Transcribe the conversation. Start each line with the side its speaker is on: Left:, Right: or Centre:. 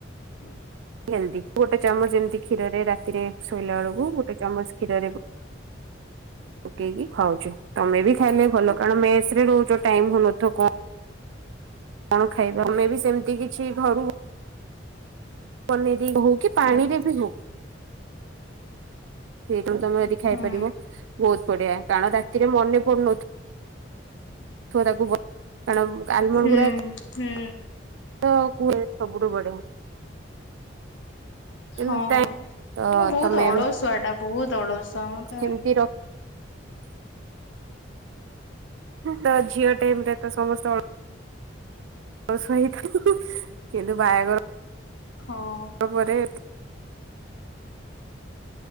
Left: ହଁ
Right: ଏନ୍ତି ଗୋଟେ ଚାମଚ ଏମିତି ଖିର ରେ ରାତିରେ ଶୋଇଲା ବେଳକୁ ଗୋଟେ ଚାମଚ ଗୋ ପକେଇକି ଖାଉଚୁ ତମେ ବି ଖାଇଲେ ଭଲ କାରଣ ମେସ ରେ ରହୁଚ ଟାଇମ ହଉନଥ କଣ କଣ ଖାଇବା ଆମେ ବି ସେମତି କିଛି ଘରୁ ପନିର ହଉ କି ପାଣି ରେ ବି ହଉ ସେଇଟାକୁ ତମେ ଯଦି ଖାଇପାରିବ
Left: ହୁଁ
Right: ବହୁତ ବଢିଆ କାରଣ ରାତିରେ ମନେ ପଡୁନିଥିବ ତା ଖୁ କାରଣ ଆଲମଣ୍ଡ
Left: ହୁଁ
Right: ଗୁରା ତ
Left: ହୁଁ
Right: ତ କୁହେ ସବୁଠୁ ବଢିଆ। କିନ୍ତୁ
Left: ହଁ
Right: ତ
Left: ମୁଁ ବହୁତ
Right: ତମେ
Left: ଅଳସୁଆ ଟା। ବହୁତ ଅଳସୁଅ ମୁଁ ତମେ
Right: ଏମିତି ରଖ ତ ଝିଅ ଟାଇମ ରେ ତ ସମସ୍ତେ ଅଳ ସୁଆ ହେଇଥାଉ କିନ୍ତୁ ବାହାଘର
Left: ହଁ
Right: ର ପରେ